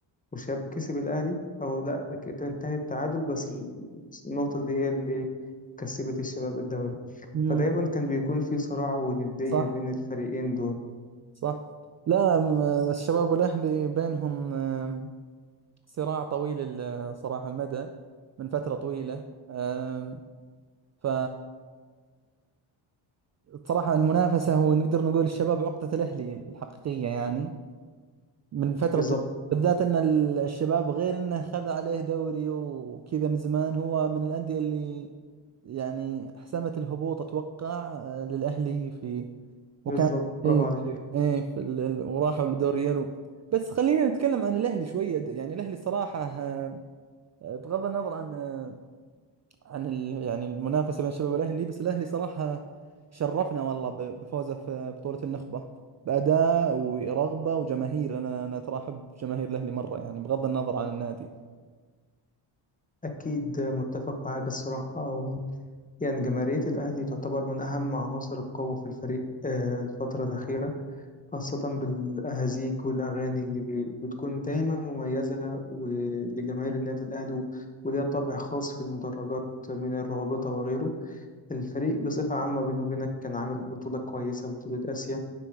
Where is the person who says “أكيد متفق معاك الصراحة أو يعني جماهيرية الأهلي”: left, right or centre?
Left